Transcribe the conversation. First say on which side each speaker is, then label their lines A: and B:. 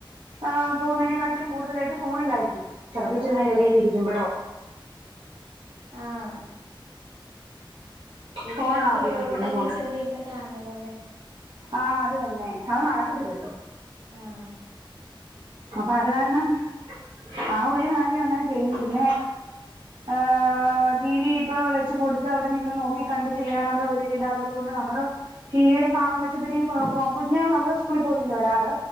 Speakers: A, on the right; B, on the right.
A: ആ പോവുന്നെയ്നെക്കാട്ടിലും കൂട്തലായിട്ടും ഫോണിലായിരിക്കും ചെലപ്പം ഇച്ചിരി
B: ആഹ്
A: നേരം
B: അതെ
A: എവിടെയെങ്കി ഇരിക്കിമ്പെഴോ
B: ആഹ് ടി
A: ഫോണാ
B: വി ആണെങ്കി
A: ഉപയോഗിക്കുന്നത്
B: ഒരോട്ത്ത് തെന്നെ
A: കൂ
B: ചെന്ന് ഇര്ന്ന് കാൺണലോ ലെ
A: ആഹ് അത് തെന്നെ അത് നടക്കത്തില്ലല്ലോ
B: ആഹ്
A: അപ്പ അത് കാരണം ആ ഒര് കാര്യം അങ്ങനെ ചെയ്യും പിന്നെ അഹ് ടിവി ഇപ്പൊ വെച്ച് കൊടുത്ത അവിടെ നിന്ന് നോക്കി കണ്ട് ചെയ്യാനുള്ള ഒരു ഇല്ലാത്തത് കൊണ്ട് നമ്മള് ടിവിടെ ഭാഗം വെച്ചപ്പോഴാകും കൊ കുഞ്ഞ അവൾ സ്കൂളിൽ പോകുന്നില്ല ഒരാള്